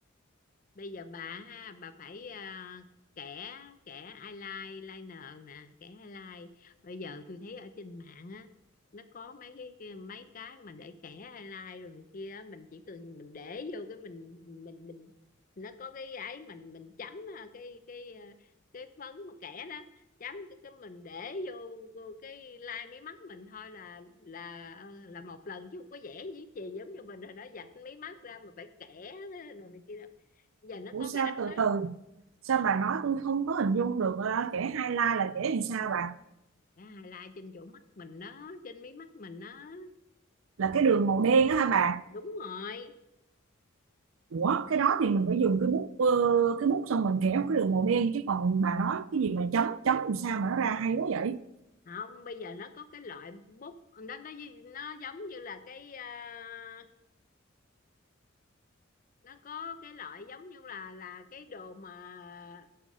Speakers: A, on the left; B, on the right.
A: bây giờ bà ha, bà phải à, kẻ kẻ eyeliner liner nè kẻ eyeliner bây giờ tôi thấy ở trên mạng á nó có mấy cái cái- mấy cái mà để kẻ eyeliner rồi này kia á, mình chỉ cần mình để vô cái mình mình mình nó có cái ấy mình mình chấm à, cái cái à, cái phấn mà kẻ đó chấm cái cái mình để vô, vô cái line mí mắt mình thôi là là là một lần chứ không có vẽ gì chì giống như mình rồi đó vạch mí mắt ra mà phải kẻ rồi này kia đó giờ nó
B: ủa
A: có cái
B: sao
A: đó
B: từ
A: đó
B: từ sao bà nói tôi không có hình dung được ờ, kẻ highlight là kẻ làm sao bà
A: à, là trên chỗ mắt mình đó trên mí mắt mình đó
B: là cái đường màu đen á hả bà
A: đúng rồi
B: ủa cái đó thì mình phải dùng cái bút ờ, cái bút xong mình kéo cái đường màu đen chứ còn bà nói cái gì mà chấm chấm làm sao mà nó ra hay quá vậy
A: không bây giờ nó có cái loại bút nó nó nó giống như là cái à, nó có cái loại giống như là là cái đồ mà